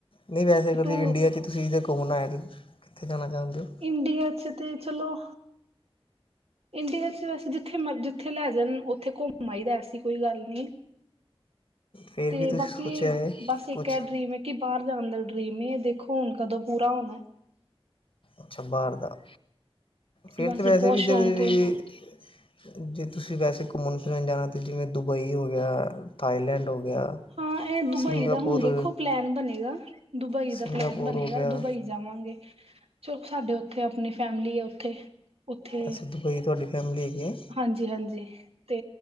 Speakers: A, on the left; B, on the right.
A: ਨਹੀਂ ਵੈਸੇ ਅਗਰਂ
B: ਟੂ
A: ਇੰਡੀਆ 'ਚ ਤੁਸੀਂ ਜੇ ਘੂਮਣਾ ਹੈ। ਤੇ ਕਿੱਥੇ ਜਾਣਾ ਚਾਹੁੰਦੇ ਹੋ?
B: ਇੰਡੀਆ ਚ ਤੇ ਚਲੋ। ਇੰਡੀਆ ਚ ਵੈਸੇ ਜਿੱਥੇ ਮ ਜਿੱਥੇ ਲੈ ਜਾਣ ਉੱਥੇ ਘੁੰਮ ਆ ਹੀਦਾ। ਐਸੀ ਕੋਈ ਗੱਲ ਨਹੀਂ।
A: ਫਿਰ
B: ਤੇ
A: ਵੀ ਤੁਸੀਂ
B: ਬਾਕੀ
A: ਸੋਚਿਆ ਹੈ
B: ਬਸ ਇੱਕ
A: ਕੁਛ
B: ਇਹ ਡਰੀਮ ਹੈ। ਕਿ ਬਾਹਰ ਜਾਣ ਦਾ ਡਰੀਮ ਏ ਦੇਖੋ। ਹੁਣ ਕਦੋਂ ਪੂਰਾ ਹੋਣਾ।
A: ਅੱਛਾ ਬਾਹਰ ਦਾ ਫੇਰ
B: ਬਸ
A: ਤਾਂ
B: ਜੀ
A: ਵੈਸੇ
B: ਬਹੁਤ
A: ਵੀ।
B: ਸ਼ੌਕ ਏ।
A: <unintelligible> ਜੇ ਤੁਸੀਂ ਵੈਸੇ ਘੁੰਮਣ ਫਿਰਨ ਜਾਣਾ ਤਾਂ ਜਿਵੇਂ 'ਦੁਬਈ ਹੋ ਗਿਆ 'ਥਾਈਲੈਂਡ ਹੋ ਗਿਆ।
B: ਹਾਂ ਇਹ ਦੁਬਈ
A: ਸਿੰਗਾਪੁਰ
B: ਦਾ ਹੁਣ ਦੇਖੋ ਪਲੈਨ ਬਣੇਗਾ। ਦੁਬਈ
A: ਸਿੰਗਾਪੁਰ
B: ਦਾ ਪਲੈਨ ਬਣੇਗਾ
A: ਹੋ ਗਿਆ
B: ਦੁਬਈ ਜਾਵਾਂਗੇ ਚਲੋ ਸਾਡੇ ਉੱਥੇ ਆਪਣੀ ਫੈਮਿਲੀ ਹੈ। ਉੱਥੇ ਉੱਥੇ
A: ਅੱਛਾ ਦੁਬਈ ਤੁਹਾਡੀ ਫੈਮਿਲੀ ਹੈਗੀ ਹੈ
B: ਹਾਂਜੀ - ਹਾਂਜੀ ਤੇ